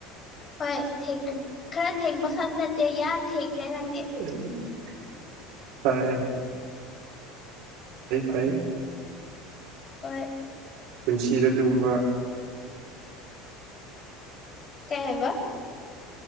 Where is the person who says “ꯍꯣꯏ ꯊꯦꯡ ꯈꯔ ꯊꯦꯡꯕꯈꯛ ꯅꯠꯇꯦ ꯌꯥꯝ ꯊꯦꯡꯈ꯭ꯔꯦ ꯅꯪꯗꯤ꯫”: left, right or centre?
Left